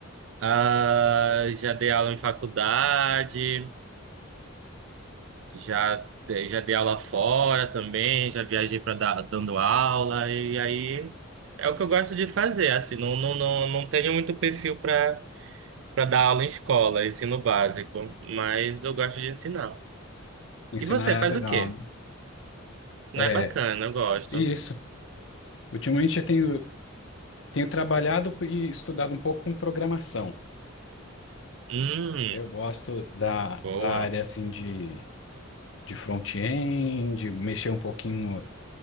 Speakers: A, on the right (about 60°); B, on the left (about 60°).
A: ah, já dei aula em faculdade, já, dei- já dei aula fora também, já viajei para dar dando aula, e aí é o que eu gosto de fazer, assim, não, não, não, não tenho muito perfil para para dar aula em escola, ensino básico, mas eu gosto de ensinar.
B: Ensinar
A: E você
B: é
A: faz
B: legal,
A: o quê?
B: né?
A: Isso
B: É,
A: não é bacana, eu gosto.
B: e isso. Ultimamente eu tenho, tenho trabalhado e estudado um pouco com programação.
A: Hum,
B: Eu gosto da,
A: boa.
B: da área assim de, de front-end, de mexer um pouquinho no.